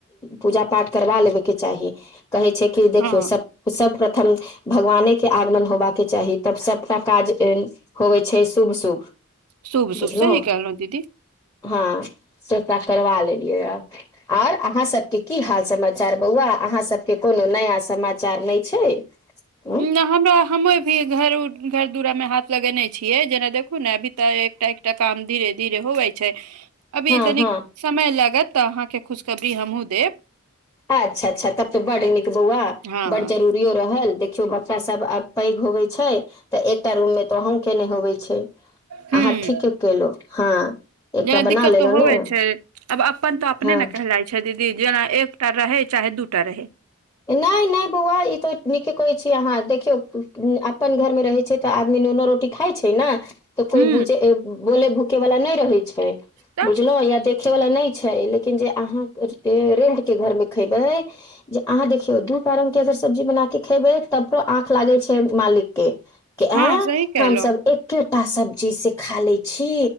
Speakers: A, on the left (about 15°); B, on the right (about 85°).
A: पूजा पाठ करबा लेबैके चाही कहै छै कि देखियौ
B: हँ
A: सब सबकथन भगवानेके आगमन होबाके चाही तब सभटा काज होवै छै शुभ शुभ
B: शुभ
A: बुझलहुँ
B: शुभ सही कहलौ दीदी
A: हँ स्ता <unintelligible> करबा लेलियै यऽ और अहाँ सबके की हाल समाचार बौआ अहाँ सबके कोनो नया समाचार नहि छै हँ
B: नअ हमरा हम भी घर घर दुरा मे हाथ लगेने छियै जेना देखु ने अभी तऽ एकटा टा काम धीरे धीरे होबै छै
A: <inaudible>
B: अभी तनीक
A: हँ
B: समय लागत तऽ अहाँके खुशखबरी हमहुँ देब
A: अच्छा अच्छा तब त बड़ नीक बौआ
B: हँ
A: बड़ जरूरीयो रहै देखियौ बच्चा सब आब पैघ होबै छै तऽ एकटा रूममे तऽ अहूँके नहि होबै छै
B: हुं
A: अहाँ ठीके केलहु हँ एकटा
B: जेना
A: बना
B: दिक्कत
A: लेलहु
B: तऽ होवे
A: ने
B: छै अब अपन तऽ अपने
A: हँ
B: ने कहलाइ छै अच्छा दीदी जेना एकटा रहै चाहे दूटा रहै
A: नहि नहि बौआ ई तऽ नीके कहै छी अहाँ देखियौ अपन घर मे रहै छै तऽ आदमी नूनो रोटी खाइ छै ने तऽ कोई
B: ह
A: बुझे बोले भूके वाला नहि रहे छै
B: तऽ
A: बुझलों या देखे वाला नहि छै छै लेकिन जे अहाँ रेंट के घर मे खैबै अहाँ देखियौ दू तरंग के अगर सब्जी बना के खेबै तकरो आँख लागे छै मालिक के के
B: हँ
A: आँय
B: सही कहलहु
A: हमसभ एकेटा सब्जीसँ खा लैत छी